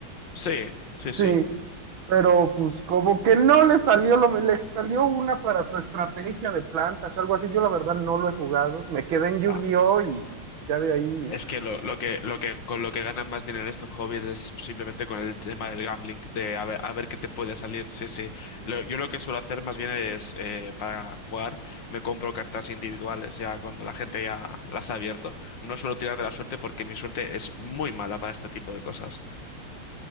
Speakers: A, on the left; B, on the right.
A: Sí, sí, sí.
B: Sí, pero pues como que no le salió lo, le salió una para su estrategia de plantas o algo así. Yo la verdad no lo he jugado. Me quedé en Yu-Gi-Oh
A: Ah.
B: y ya de ahí.
A: Es que lo, lo que lo que con lo que ganan más dinero estos hobbies es simplemente con el tema del gambling, de a ver, a ver qué te puede salir. Sí, sí. Lo- yo lo que suelo hacer más bien es eh, para jugar me compro cartas individuales ya cuando la gente ya las ha abierto. No suelo tirar de la suerte porque mi suerte es muy mala para este tipo de cosas.